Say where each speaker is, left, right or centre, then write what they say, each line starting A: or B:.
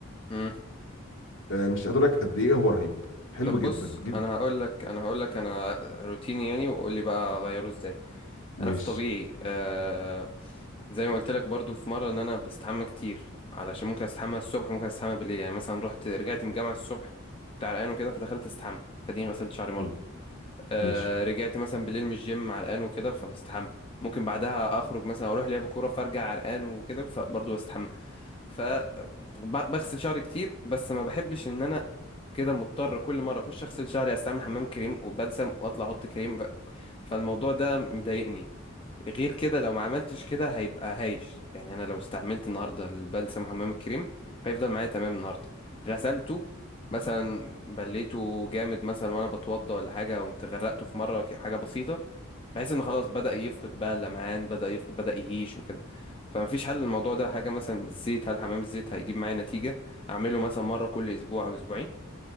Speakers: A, on the left; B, on the left.
A: امم.
B: آه، مش قادر لك قد ايه هو رهيب حلو
A: طب
B: جدا
A: بص
B: جدا
A: انا هقول لك انا هقول لك انا روتيني يعني وقول لي بقى اغيره ازاي
B: ماشي
A: انا في طبيعي آه زي ما قلت لك برضو في مره ان انا بستحمى كتير علشان ممكن استحمى الصبح ممكن استحمى بالليل يعني مثلا رحت رجعت من الجامعه الصبح كنت عرقان وكده فدخلت استحمى فدين غسلت شعري مره
B: حلو.
A: آه
B: ماشي
A: رجعت مثلا بالليل من الجيم عرقان وكده فبستحمى ممكن بعدها اخرج مثلا اروح لعب كوره فارجع عرقان وكده فبرضو بستحمى ف بغسل شعري كتير بس ما بحبش ان انا كده مضطر كل مره اخش اغسل شعري استعمل حمام كريم وبلسم واطلع احط كريم ف- فالموضوع ده مضايقني غير كده لو ما عملتش كده هيبقى هايش يعني انا لو استعملت النهارده البلسم وحمام الكريم هيفضل معايا تمام النهارده غسلته مثلا بليته جامد مثلا وانا بتوضى ولا حاجه قمت غرقته في مره ك- حاجه بسيطه بحيث ان خلاص بدأ يفقد بقى اللمعان بدأ يفقد بدأ يهيش وكده فمفيش حل للموضوع ده حاجه مثلا الزيت هل حمام الزيت هيجيب معايا نتيجه اعمله مثلا مره كل اسبوع او اسبوعين